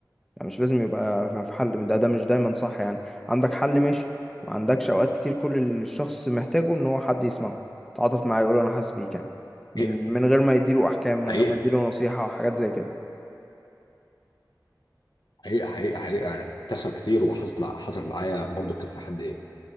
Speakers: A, in the centre; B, on the left.
A: يعني مش لازم يبقى في في حل ده ده مش دايما صح يعني عندك حل ماشي ما عندكش اوقات كتير كل الشخص محتاجه ان هو حد يسمعه تعاطف معاه يقول له انا حاسس بيك يعني من
B: حقيقة
A: من غير ما يديله احكام من
B: حقيقة
A: غير ما يديله نصيحة وحاجات زي كده
B: حقيقة حقيقة حقيقة أنا بتحصل كتير وحصلت مع حصلت معايا برضو كان في حد